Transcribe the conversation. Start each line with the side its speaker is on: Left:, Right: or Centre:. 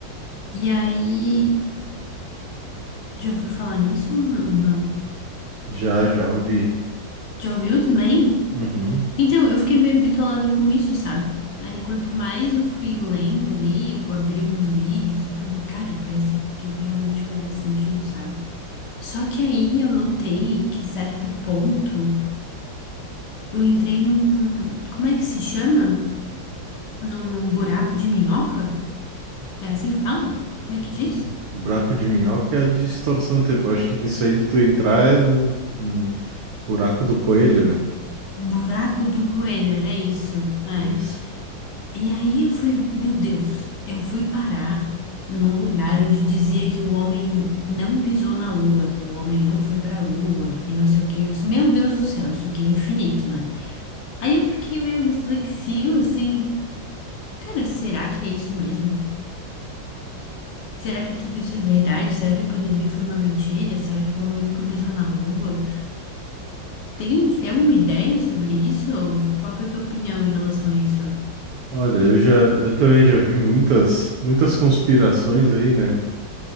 Left: E aí. Já ouviu falar nisso ou não?
Right: Já, já ouvi.
Left: Já ouviu também?
Right: Uhum.
Left: Então, eu fiquei meio bitolada com isso, sabe? Aí, quanto mais eu fui lendo ali, eu abri uns vídeos e tudo, cara, parecia que tudo realmente fazia sentido, sabe? Só que aí eu notei que, certo ponto, eu entrei num. Como é que se chama? Num buraco de minhoca? É assim que fala? Como é que
Right: Hum,
Left: diz?
Right: Buraco de minhoca é a distorção do tempo. Acho que nisso aí de tu entrar é num, num buraco do coelho, né?
Left: Buraco do coelho, era isso. É.
Right: É Isso.
Left: E aí eu fui, meu Deus, eu fui parar num lugar onde dizia que o homem não pisou na lua, que o homem não foi pra lua, que não sei o quê. Eu disse, meu Deus do céu, isso aqui é infinito, né? Aí eu fiquei meio reflexivo, assim, cara, será que é isso mesmo? Será que tudo isso é verdade? Será que a pandemia foi uma mentira? Será que o homem nunca pisou na lua? Tem, tem alguma ideia sobre isso? Qual que é a tua opinião em relação a isso?
Right: Olha, eu já, eu também já vi muitas, muitas conspirações aí, né?